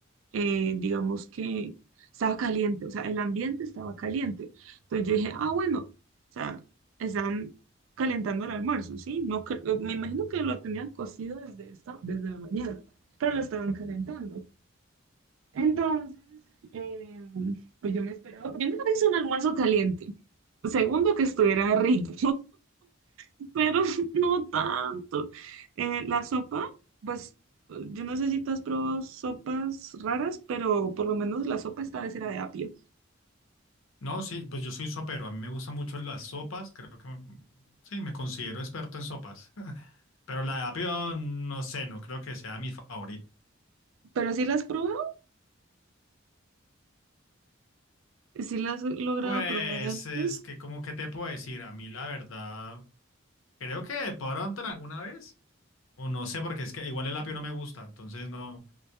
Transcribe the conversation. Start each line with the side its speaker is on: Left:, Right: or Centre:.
Right: eh, digamos que estaba caliente, o sea, el ambiente estaba caliente. Entonces yo dije, ah, bueno, o sea, están calentando el almuerzo, ¿sí? No, cre- me imagino que lo tenían cocido desde esta, desde la mañana, pero lo estaban calentando. Entonces, eh, pues yo me esperaba, primero que es un almuerzo caliente, segundo que estuviera rico, <laughs> pero no tanto. Eh, la sopa, pues yo no sé si tú has probado sopas raras, pero por lo menos la sopa esta vez era de apio.
Left: No, sí, pues yo soy sopero. A mí me gustan mucho las sopas. Creo que me- sí, me considero experto en sopas. <laughs> Pero la de apio, no sé, no creo que sea mi favorita.
Right: Pero sí las has probado, sí las he logrado
Left: Pues
Right: probar antes.
Left: es que, como que te puedo decir? A mí, la verdad, creo que de pronto en alguna vez. O no sé, porque es que igual el apio no me gusta. Entonces, no.